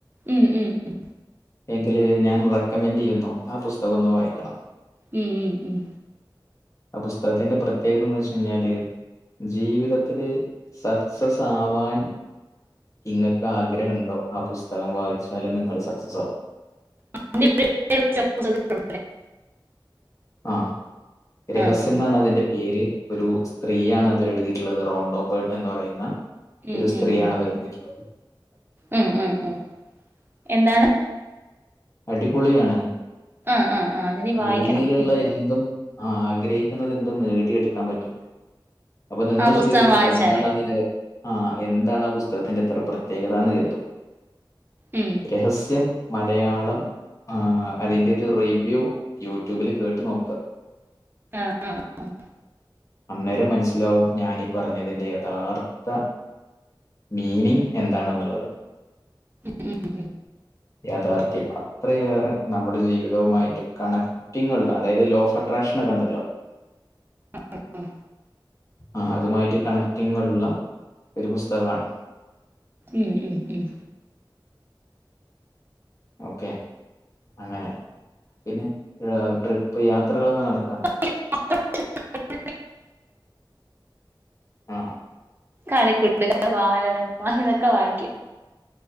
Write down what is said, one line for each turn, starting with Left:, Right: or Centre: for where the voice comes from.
Right: ഉം ഉം ഉം
Left: എങ്കില് ഞാൻ റെക്കമെൻഡ് ചെയ്യുന്നു ആ പുസ്തകം ഒന്ന് വായിക്കണം
Right: ഉം ഉം ഉം
Left: ആഹ് പുസ്തകത്തിന്റെ പ്രത്യേകതെന്ന് വെച്ചെയ്ഞ്ഞാല്. ജീവിതത്തില് സക്സസ് ആവാൻ. ഇങ്ങക്ക് ആഗ്രഹണ്ടോ ആ പുസ്തകം വായിച്ചാല് നിങ്ങള് സക്സസാകും.
Right: അതിന്റെ പേരൊന്ന്. <inaudible>
Left: ആഹ്. രഹസ്യം
Right: ആഹ് ആഹ്
Left: ന്നാണ് അതിന്റെ പേര് ഒരു സ്ത്രീയാണ് അത് എഴുതീട്ട്ള്ളത് റോണ്ടോപൊയൺ എന്ന് പറയുന്ന.
Right: ഉം
Left: ഒരു സ്ത്രീയാണത്
Right: ഉം ഉം
Left: എഴ്തീട്ട്ള്ളത്.
Right: ഉം ഉം ഉം എന്താണ്.
Left: അടിപൊളിയാണ്
Right: ആഹ് ആഹ് ആഹ് അതിനി വായിക്കണം
Left: ഭൂമിയില്ള്ള
Right: ഉം
Left: എന്തും. ആഹ് ആഗ്രഹിക്കുന്നതെന്തും നേടിയെടുക്കാൻ പറ്റും. അപ്പൊ നിങ്ങള്
Right: ആഹ് പുസ്തകം
Left: ശ് കരുതും
Right: വായിച്ചാല്
Left: എന്താണ് അതിന്. ആഹ് എന്താണ് ആ പുസ്തകത്തിന്റെ ത്ര പ്രത്യേകതാന്ന് കരുതും.
Right: ഉം.
Left: രഹസ്യം മലയാളം. ആഹ് അതിന്റെ ഒരു റിവ്യൂ യൂട്യൂബിൽ കേട്ട് നോക്ക.
Right: ആഹ്, ആഹ്, ആഹ്.
Left: അന്നേരം മനസ്സിലാവും ഞാനീ പറഞ്ഞതിന്റെ യഥാർത്ഥ. മീനിങ്ങ് എന്താണ്ന്ന്ള്ളത്.
Right: ഉം, ഉം.
Left: യാഥാർത്ഥ്യം. അത്രയേറെ നമ്മുടെ ജീവിതവുമായിട്ട് കണക്റ്റിങ്ങ്ള്ള അതായത് ലോ ഓഫ് അട്രാക്ഷൻ ഒക്കെണ്ടല്ലോ.
Right: <inaudible> ആഹ്.
Left: ആഹ് അതുമായിട്ട് കണക്റ്റിങ്ങ്ള്ള ഒരു പുസ്തകാണ്.
Right: ഉം, ഉം, ഉം.
Left: ഓക്കെ അങ്ങനെ പിന്നെ ഹ് ട്രിപ്പ് യാത്രകളൊക്കെ നടത്താറ്ണ്ടോ.
Right: <inaudible>
Left: ആഹ്.
Right: കളിക്കുടുക്കാ ബാലരമ ഇതൊക്കെ വായിക്കും.